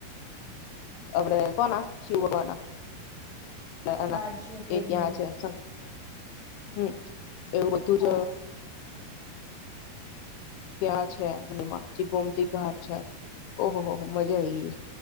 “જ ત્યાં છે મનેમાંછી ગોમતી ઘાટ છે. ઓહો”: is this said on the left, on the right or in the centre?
Left